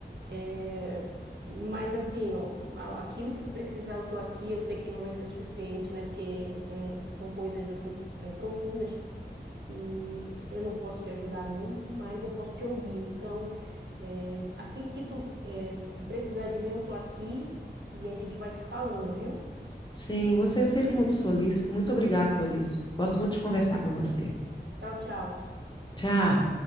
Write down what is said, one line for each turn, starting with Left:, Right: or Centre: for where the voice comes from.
Right: É, mas assim, ó, a- aquilo que tu precisar, eu tô aqui, eu sei que não vai ser o suficiente, né? Porque é, são coisas assim é, profundas que eu não posso te ajudar muito, mas eu posso te ouvir. Então, é, assim que tu, é, que tu precisar de mim, eu tô aqui e a gente vai se falando, viu?
Left: Sim, você é sempre muito solícita. Muito obrigado por isso. Gosto muito de conversar com você.
Right: Tchau, tchau.
Left: Tchau.